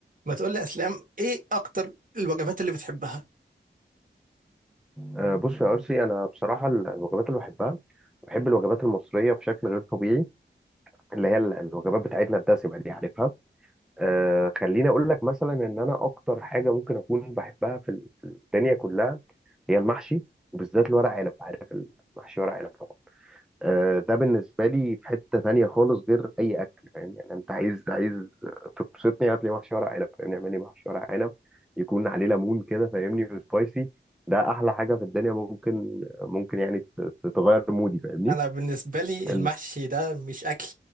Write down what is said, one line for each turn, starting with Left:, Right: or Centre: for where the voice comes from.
Right: ما تقول لي اسلام ايه اكتر الوجبات اللي بتحبها
Centre: آه، بص يا أرسي أنا بصراحة ال- الوجبات اللي بحبها بحب الوجبات المصرية بشكل غير طبيعي اللي هي ال- الوجبات بتاعتنا الدسمة دي عارفها آه، خليني أقول لك مثلا إن أنا أكتر حاجة ممكن أكون بحبها في ال- في الدنيا كلها هي المحشي وبالذات الورق عنب عارف المحشي ورق عنب طبعا آه، ده بالنسبة لي في حتة تانية خالص غير أي أكل فاهم يعني أنت عايز عايز تبسطني هات لي محشي ورق عنب فاهمني اعمل لي محشي ورق عنب يكون عليه ليمون كده فاهمني وسبايسي ده أحلى حاجة في الدنيا ممكن ممكن يعني ت- تغير مودي فاهمني
Right: انا بالنسبه لي
Centre: ال-
Right: المحشي ده مش اكل